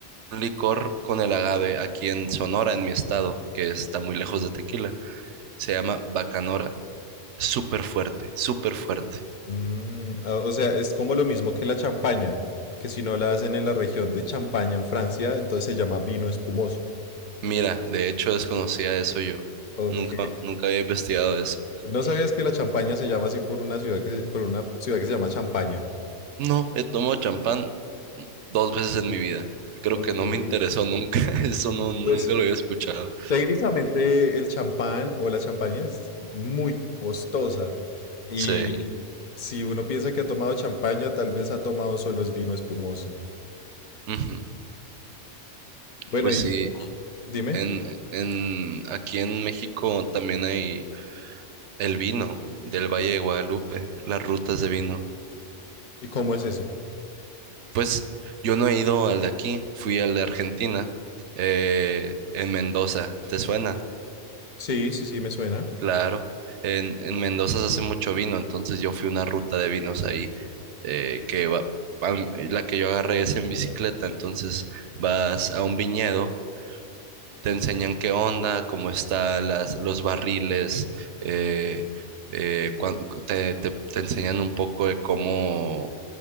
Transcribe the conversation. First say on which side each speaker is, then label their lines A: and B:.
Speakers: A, on the right; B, on the left.
A: un licor con el agave aquí en Sonora, en mi estado, que está muy lejos de tequila. Se llama Bacanora. Súper fuerte, súper fuerte.
B: Mm, ah, o sea, es como lo mismo que la champaña, que si no la hacen en la región de Champaña en Francia, entonces se llama vino espumoso.
A: Mira, de hecho desconocía eso yo.
B: Ok.
A: Nunca, nunca había investigado eso.
B: ¿No sabías que la champaña se llama así por una ciudad que, se- por una ciudad que se llama Champaña?
A: No, he tomado champán dos veces en mi vida. Creo
B: Ok.
A: que no me interesó nunca. <laughs> Eso no, nunca
B: Pues
A: lo había escuchado.
B: Técnicamente el champán o la champaña es muy costosa y
A: Sí.
B: Sí. si uno piensa que ha tomado champaña, tal vez ha tomado solo es vino espumoso.
A: ujú.
B: Bueno,
A: Pues
B: y
A: sí,
B: dime,
A: en, en, aquí en México también hay el vino del Valle de Guadalupe, las rutas de vino.
B: ¿y cómo es eso?
A: Pues yo no he ido al de aquí, fui al de Argentina, eh, en Mendoza. ¿Te suena?
B: Sí, sí, sí, me suena.
A: Claro, en, en Mendoza se hace mucho vino, entonces yo fui una ruta de vinos ahí, eh, que va, am- la que yo agarré es en bicicleta, entonces vas a un viñedo, te enseñan qué onda, cómo están las, los barriles, eh, eh, cuan- te, te- te enseñan un poco de cómo...